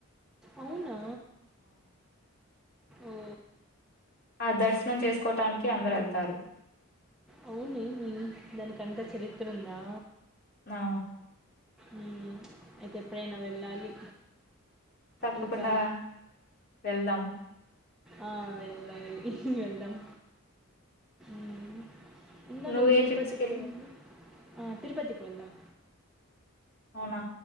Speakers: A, in the centre; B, on the left.
A: అవునా ఓ
B: ఆ దర్శనం చేసుకోటానికి అందరు ఎళ్తారు.
A: అవునేమి దానికంత చరిత్ర ఉందా?
B: న
A: మ్ అయితే ఎప్పుడైనా వెళ్ళాలి
B: తప్పకుండా
A: ఇంకా
B: వెళ్దాం
A: ఆ వెళ్ళాలి వెళ్దాం మ్ ఇంగా
B: నువ్వే
A: నువ్వు తిరుపతికి
B: ట్రిప్స్‌కెళ్ళావు?
A: ఆ తిరుపతికి వెళ్ళాం
B: అవున